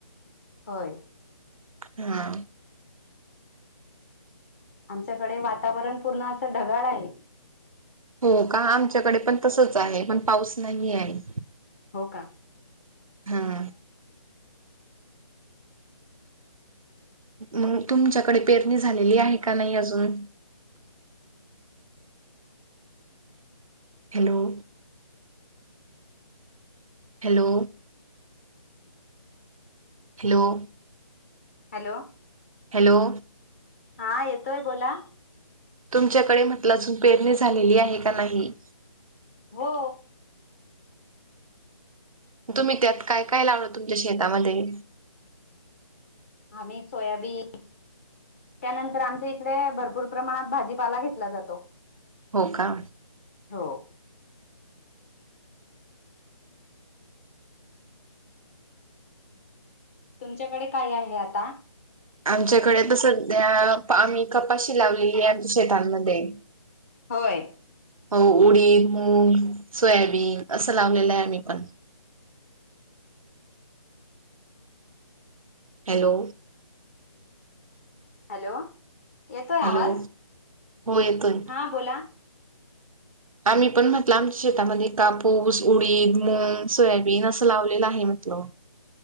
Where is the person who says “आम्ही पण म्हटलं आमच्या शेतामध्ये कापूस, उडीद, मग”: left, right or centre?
Right